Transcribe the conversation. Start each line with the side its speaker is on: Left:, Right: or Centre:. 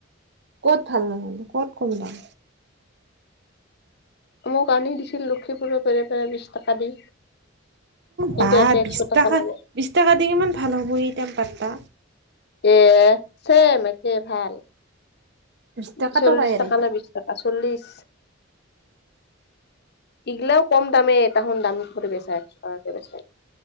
Right: ক'ত ভাল নহলে? ক'ত কম দাম?
Left: মোক আনি দিছিল লক্ষিপুৰৰ পেৰে পেৰে বিশ টকা দি। কিন্তু
Right: বা
Left: ইয়াতে
Right: বিশ
Left: একশো টাকা
Right: টকা!
Left: লাগে
Right: বিশ টকা দি কিমান ভাল হ'ব এই টেম্পাৰতা?
Left: এ, ছেম একে ভাল।
Right: বিশ টকাতো
Left: চল্লিশ
Right: পায় আৰু
Left: টকা
Right: সি
Left: নে বিশ টকা? চল্লিশ।
Right: <inaudible>
Left: ইগিলাও কম দামেই, এটাহন দাম কৰি বেচাই, খুচুৰাকে বেচাই।